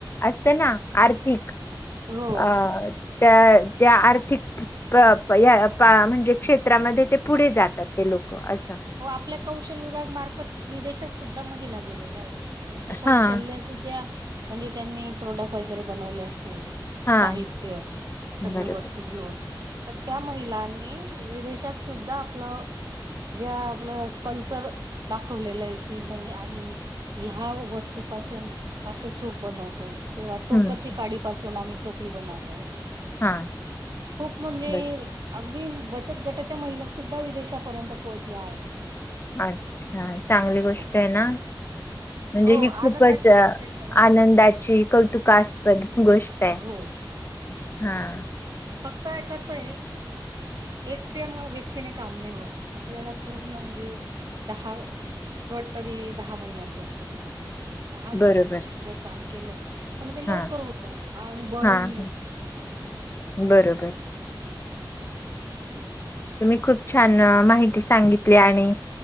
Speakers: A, on the left; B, on the right.
A: असतं ना आर्थिक
B: हो
A: अ त्या ज्या आर्थिक <inaudible> म्हणजे क्षेत्रांमध्ये ते पुढे जातात ते लोक असं
B: व आपल्या कौशल विभाग मार्फत विदेशात सुद्धां महिला गेलेल्या आहेत त्यांच्या
A: हां,
B: कौशल्य ज्या म्हणजे त्यांनी प्रोडक्ट वगैरे बनवले असतील
A: हां.
B: साहित्य
A: बरोबर.
B: सगळे वस्तू घेऊन तर त्या महिलांनी विदेशात सुद्धा आपलं जे आपलं कल्चर दाखवलेलं आहे की नाही आम्ही ह्या वस्तूंपासून असे सूप बनवतो किंवा टोकरची
A: हं.
B: काडी पासून आम्ही टोपली बनवतो
A: हां.
B: खूप म्हणजे
A: बरं.
B: अगदी बचत गटांच्या महिला सुुद्धा विदेशापर्यंत पोहोचल्या आहेत
A: अच्छा चांगली गोष्ट
B: हो
A: आहे ना म्हणजे
B: हो
A: ही
B: आनंदाची
A: खूपचं
B: गोष्ट आहे खरंच.
A: आनंदाची कौतुकास्पद गोष्ट आहे
B: हो
A: हा
B: फक्त आहे कसं आहे एकट्या व्यक्तीने काम नाही होत आपल्याला पूर्ण म्हणजे दहा गट तरी दहा महिन्यांचा असतो बचत गट दहा महिना
A: बरोबर.
B: मिळून जर काम केलं तर मग ते लवकर
A: हां,
B: होतं आणि बळही
A: हां,
B: मिळतं
A: हं.
B: कामाला
A: बरोबर तुम्ही खूप छान माहिती सांगितली आणि